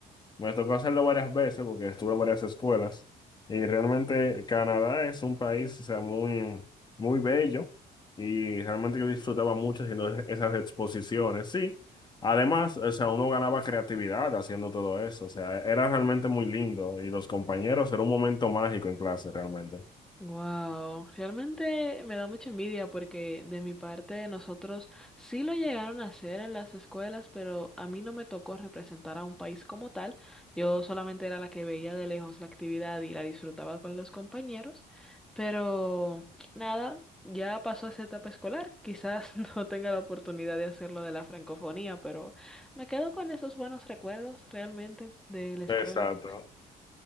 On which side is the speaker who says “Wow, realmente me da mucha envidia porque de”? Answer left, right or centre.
Centre